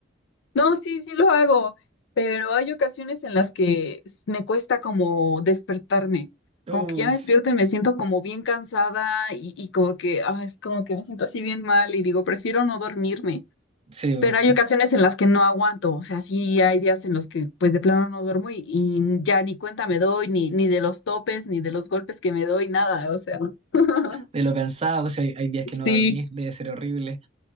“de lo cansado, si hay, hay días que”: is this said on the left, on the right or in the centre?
Right